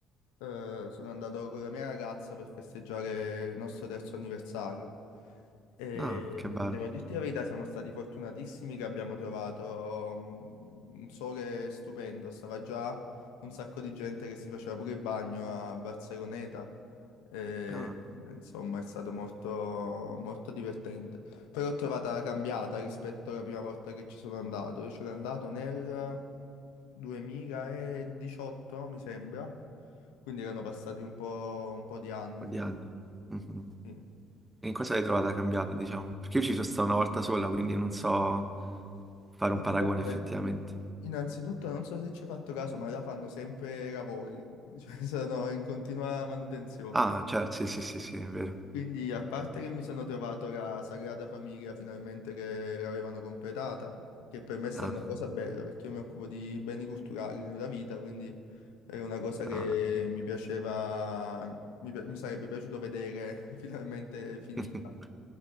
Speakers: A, on the left (about 85°); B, on the right (about 15°).
A: eh, sono andato con la mia ragazza per festeggiare il nostro terzo anniversario. E,
B: Ah, che
A: mh,
B: bello.
A: devo dirti la verità, siamo stati fortunatissimi che abbiamo trovato mh, un sole stupendo, stava già un sacco di gente che si faceva pure il bagno a Barceloneta, e,
B: Ah, un
A: eh, insomma è stato molto molto divertente. Però l'ho trovata cambiata rispetto alla prima volta che ci sono andato. Io ci sono andato nel 2018, mi sembra. Quindi erano passati un po', un po' di anni.
B: po' di anni. Mhm.
A: Sì.
B: E in cosa l'hai trovata cambiata, diciamo? Perché io ci sono stato una volta sola, quindi non so fare
A: Ah,
B: un paragone
A: guarda,
B: effettivamente.
A: innanzitutto non so se ci hai fatto caso, ma là fanno sempre lavori, <laughs> cioè sono in continua manutenzione.
B: Ah, certo, sì, sì, sì, sì, è vero.
A: Quindi, a parte che mi sono trovato la Sagrada Famiglia finalmente che l'avevano completata, che per me è stata
B: Ah,
A: una cosa bella perché io mi occupo di beni culturali nella vita, quindi era una cosa che
B: ah.
A: mi piaceva, mi, pi- mi sarebbe piaciuto vedere <laughs> finalmente finita.
B: <laughs>